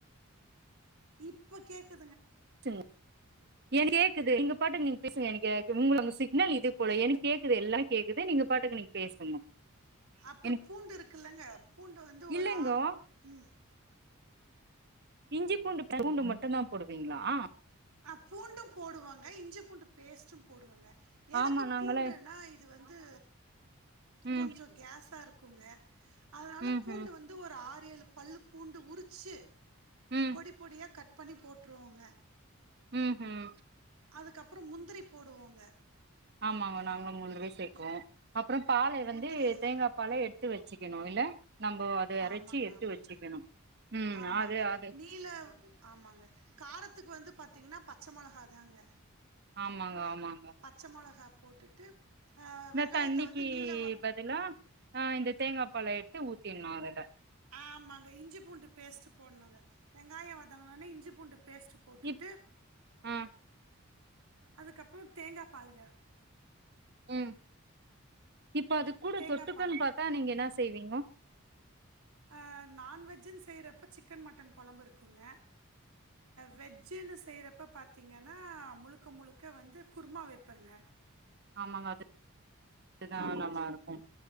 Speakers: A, on the right; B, on the right.
A: இப்ப கேக்குது
B: செ எனக் கேக்குது நீங்க பாட்டுக்கு நீங்க பேசுங்க எனக்க எங்குலங்க சிக்னல் இது போல எனக் கேக்குது எல்லா கேக்குது நீங்க பாட்டுக்கு நீங்க பேசுங்க
A: அப்ரோ
B: எனக்கு
A: பூண்டு இருக்குல்லங்க பூண்டு வந்து ஒரு
B: இல்லைங்கோ
A: ஆ உம்
B: இஞ்சி பூண்டு பூண்டு மட்டு தா போடுவீங்களா ஆ
A: ஆ பூண்டும் போடுவாங்க இஞ்சி பூண்டு பேஸ்ட்டும் போடுவங்க எதுக்கு
B: ஆமா நாங்களே
A: பூண்டுன்னா இது வந்து
B: ம்
A: கொஞ்சோ கேஸா இருக்குங்க அதனால
B: ம்
A: பூண்டு
B: ம்
A: வந்து ஒரு ஆறு எழு பல்லு பூண்டு உரிச்சு
B: ம்
A: பொடி பொடியா கட் பண்ணி போட்டுருவோங்க
B: உம் ஹ்ம்
A: அதுக்கப்ரோ முந்திரி போடுவோங்க
B: ஆமாங்க நாங்கலு முந்திரி சேக்குவோம் அப்ரோ பால வந்து
A: முந்திரியில்
B: தேங்கா பால எடுத்து வச்சுக்கணு இல நம்போ அத அரைச்சி
A: ஆமாங்க
B: எத்து
A: ஆமாங்க
B: வச்சுக்கணு ம்
A: ஆமாங்க
B: அது அது
A: நீல ஆமாங்க காரத்துக்கு வந்து பாத்தீங்கன்னா பச்ச மொலஹா தாங்க
B: ஆமாங்க ஆமாங்க
A: பச்சை மிளகா போட்டுட்டு ஆ,
B: இந்த
A: வெங்காயத்தை
B: தண்ணிக்கு
A: வந்து நீல வா
B: பதிலா ஆ இந்த தேங்கா பால எடுத்து ஊத்திடுணு அதுல
A: ஆமாங்க இஞ்சி பூண்டு பேஸ்ட் போடணுங்க வெங்காயோ வதங்குநோன இஞ்சி பூண்டு பேஸ்ட் போட்டுட்டு
B: இப் ஆ
A: அதுக்கப்ரோ தேங்கா பாலுங்க
B: உம் இப்ப அது கூட
A: தேங்காய்
B: தொட்டுக்கன்னு
A: பாலுங்க
B: பாத்தா நீங்க என்ன ச செய்வீங்கோ
A: ஆ நான்வெஜுன்னு செய்யறப்ப சிக்கன் மட்டன் கொழம்பு இருக்குங்க வெஜ்ஜுன்னு செய்யறப்ப பாத்தீங்கன்னா முழுக்க முழுக் க்க வந்து குருமா வெப்பேங்க
B: ஆமாங்க அது இதுதா
A: ஆமாங்க
B: நல்லா இருக்கு